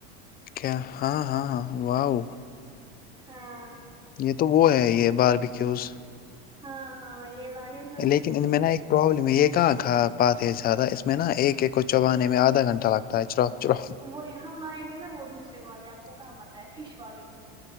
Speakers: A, on the left (about 30°); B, on the right (about 15°).
A: کیا ہاں ہاں ہاں واؤ
B: ہاں
A: یے تو وہ ہے یے باربیکیوز
B: ہاں ہاں یے لانیز
A: لیکن ابھی میں نے ایک پرابلم ہے یے کہاں کا بات ہے زیادہ اس میں نا ایک ایک کو چبانے میں آھا گھنٹہ لگتا ہے چرا چراپ
B: وہی ہم لائیں گے نا وہ دوسرے والی آپ کو کہاں پتہ ہے فش والی